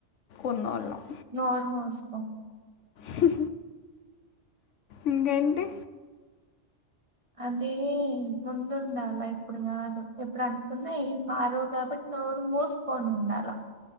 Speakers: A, on the left (about 70°); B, on the right (about 25°).
A: ఉన్నోళ్ళం
B: నోరు మూసుకో
A: హ్ ఇంకేంటి
B: అదే ముందుండాలి ఇప్పుడు కాదు ఎప్పుడు అనుకున్నా ఏం మారవు కాబట్టి నోరు మూసుకొని ఉండాల